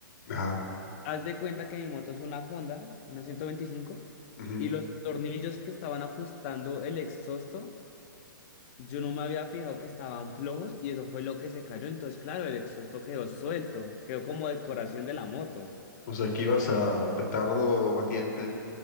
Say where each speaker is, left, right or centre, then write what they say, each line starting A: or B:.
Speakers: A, on the left (about 60°); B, on the left (about 35°).
A: ajá.
B: Haz de cuenta que mi moto es una Honda, una 125,
A: ujú.
B: y los tornillos que estaban ajustando el exhausto, yo no me había fijado que estaban flojos y eso fue lo que se cayó. Entonces, claro, el exhausto quedó suelto, quedó como decoración de la moto.
A: O sea, que ibas a petardo batiente.